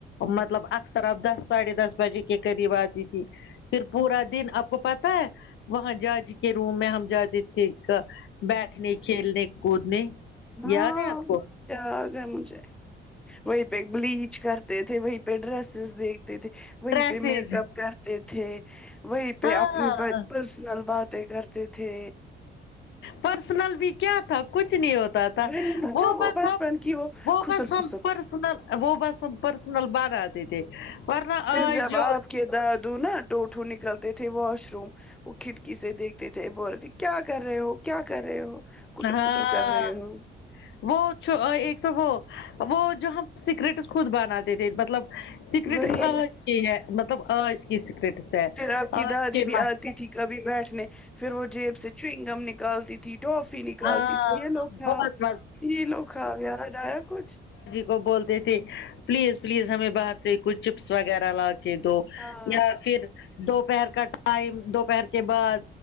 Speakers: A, on the left; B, in the centre.
A: مطلب اکثر آپ دس ساڑھے دس بجے کے قریب آتی تھی پھر پورا دن آپ کو پتا ہے وہاں جاج کے روم میں ہم جاتے تھے بیٹھنے کھیلنے کودنے
B: ہاں
A: یاد ہے آپ کو
B: یاد ہے مجھے وہیں پہ بلیچ کرتے تھے وہی پر ڈریسز دیکھتے تھے وہیں
A: ڈریسز
B: پہ میک اپ کرتے تھے وہیں پہ
A: ہاں
B: اپنی پرسنل باتیں کرتے تھے
A: پرسنل بھی کیا تھا کچھ نہیں ہو تا تھا
B: وہی نا
A: وہ
B: جو
A: بس
B: بچپن
A: ہم
B: کی
A: وہ
B: خسر
A: بس ہم
B: پھسر
A: پرس نل وہ بس ہم پرسنل بارا دے تھے ورنہ
B: پھر
A: آج
B: جب
A: جو
B: آپ کے دادو نا ٹوٹھو نکلتے تھے واش روم وہ کھڑکی سے دیکھ تے تھے بول تے تھے کیا کر رہے ہو کیا کر رہے ہو کٹر
A: ہاں
B: پٹر کر رہے ہو
A: وہ ایک تو وہ وہ جو ہم سیکریٹس خود بناتے تھے مطلب سیکرٹس
B: وہی
A: آج کی ہے مطلب آج کی سیکرٹس ہے
B: پھر آپ کی
A: آج
B: دادی
A: کے
B: بھی
A: ماہ
B: آتی تھی کبھی بیٹھنے پھر وہ جیب سے چرئگم نکالتی ٹوفی نکالتی
A: ہاں
B: تھ یہ لو کھاؤ
A: بہت مز
B: یہ لو کھاؤ یاد ایا کچھ
A: وہ بولتے تھے پلیز پلیز ہمیں باہر سے کچھ چپس وغیرہ لا کے دو
B: ہاں
A: یا پھر دوپہر کا ٹائم دوپہر کے بعد